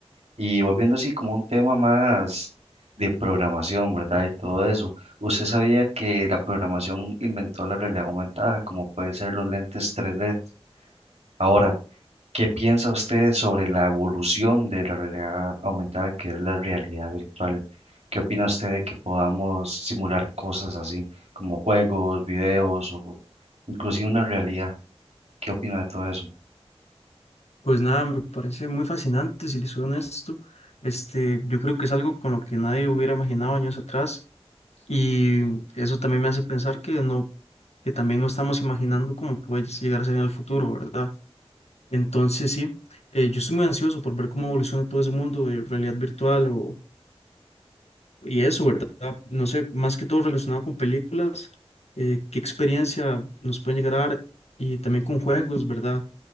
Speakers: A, on the right (about 80°); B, on the left (about 80°).
A: Y volviendo así como a un tema más de programación, ¿verdad? Y todo eso. ¿Usted sabía que la programación inventó la realidad aumentada, como puede ser los lentes 3D? Ahora, ¿Qué piensa usted sobre la evolución de la realidad aumentada, que es la realidad virtual? ¿Qué opina usted de que podamos simular cosas así, como juegos, videos o inclusive una realidad? ¿Qué opina de todo eso?
B: Pues nada, me parece muy fascinante, si les soy honesto. Este, yo creo que es algo con lo que nadie hubiera imaginado años atrás y eso también me hace pensar que no, que también no estamos imaginando cómo puede llegar a ser en el futuro, ¿verdad? Entonces sí, eh, yo estoy muy ansioso por ver cómo evoluciona todo ese mundo de realidad virtual o, y eso, ¿verdad? No sé, más que todo relacionado con películas, eh, qué experiencia nos pueden llegar a dar y también con juegos, ¿verdad?